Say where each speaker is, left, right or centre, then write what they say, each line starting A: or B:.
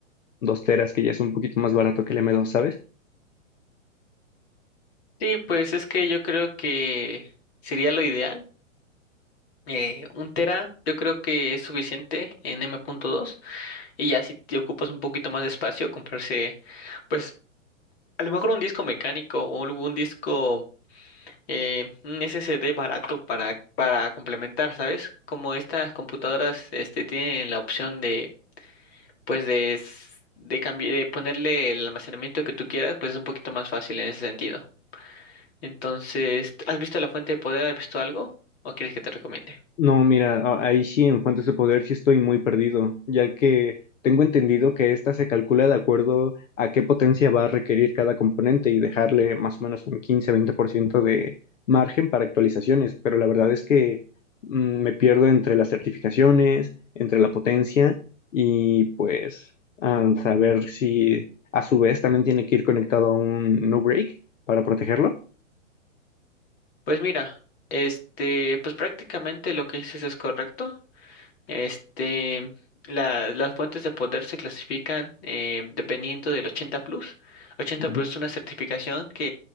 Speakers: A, on the left (about 70°); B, on the left (about 50°).
A: dos teras, que ya es un poquito más barato que el m dos, ¿sabes?
B: Sí, pues es que yo creo que sería lo ideal. Eh, un tera yo creo que es suficiente en M punto dos y ya si te ocupas un poquito más de espacio, comprarse pues a lo mejor un disco mecánico o algún disco eh, un SSD barato para, para complementar, ¿sabes? Como estas computadoras este, tienen la opción de, pues de, s- de, cambi- de ponerle el almacenamiento que tú quieras, pues es un poquito más fácil en ese sentido. Entonces, ¿has visto la fuente de poder? ¿Has visto algo? ¿O quieres que te recomiende?
A: No, mira, a- ahí sí en Fuentes de Poder sí estoy muy perdido, ya que tengo entendido que esta se calcula de acuerdo a qué potencia va a requerir cada componente y dejarle más o menos un quince veinte por ciento de margen para actualizaciones, pero la verdad es que mm, me pierdo entre las certificaciones, entre la potencia y pues ah, saber si a su vez también tiene que ir conectado a un no break para protegerlo.
B: Pues mira, este, pues prácticamente lo que dices es correcto. Este, la- las fuentes de poder se clasifican eh, dependiendo del 80 plus. 80
A: Ujú,
B: plus es una certificación